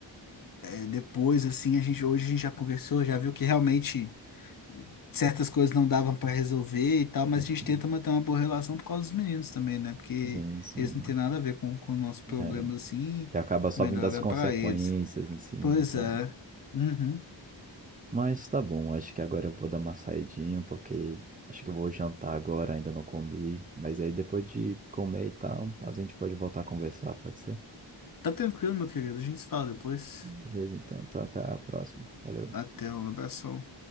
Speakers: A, on the left; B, on the right.
A: é, depois, assim, a gente, hoje a gente já conversou, já viu que realmente. certas coisas não davam pra resolver e tal, mas
B: Pode
A: a gente
B: crer.
A: tenta manter uma boa relação por causa dos meninos também, né? Porque
B: Sim, sim.
A: eles não têm nada a ver com com nossos problemas
B: É,
A: assim,
B: e acaba só
A: melhor
B: vindo as
A: é
B: consequências
A: pra eles.
B: em cima
A: Pois
B: e tal.
A: é. Uhum.
B: Mas tá bom, acho que agora eu vou dar uma saidinha, porque acho que eu vou jantar agora, ainda não comi. Mas aí depois de comer e tal, a gente pode voltar a conversar, pode ser?
A: Tá tranquilo, meu querido. A gente se fala depois.
B: Beleza, então. Então até a próxima. Valeu.
A: Até um abração.